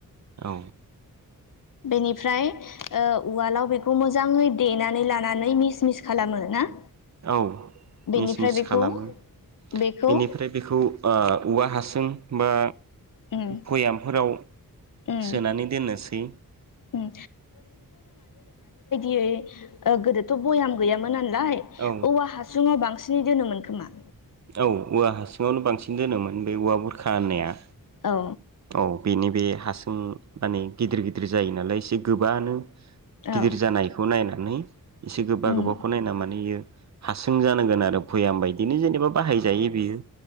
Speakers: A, on the right; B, on the left.
A: औ
B: बेनिफ्राय ओ उवालाव बेखौ मोजाङै देनानै लानानै मिस मिस खालामो ना?
A: औ
B: बेनिफ्राय
A: मिस मिस
B: बेखौ
A: खालामो
B: बेखौ
A: बेनिफ्राय बेखौ ओ औवा हासुं बा
B: उम
A: भयामफोराव
B: उम
A: सोनानै दोननोसै।
B: उम यै ओ गोदोथ' भयाम गैयामोना नालाय
A: औ
B: औवा हासुङाव बांसिन सिन दोनोमोन खोमा
A: औ औवा हासुङावनो बांसिन दोनोमोन बे औवा बुरखा होननाया।
B: औ
A: औ बेनि बे हासुं माने गिदिर गिदिर जायो नालाय एसे गोबानो गिदिर
B: औ
A: जानायखौ नायनानै इसे गोबा
B: उम
A: गोबाखौ नायना माने बियो हासुं जानांगोन आरो भयाम बायदिनो जेनेबा बाहायजायो बियो।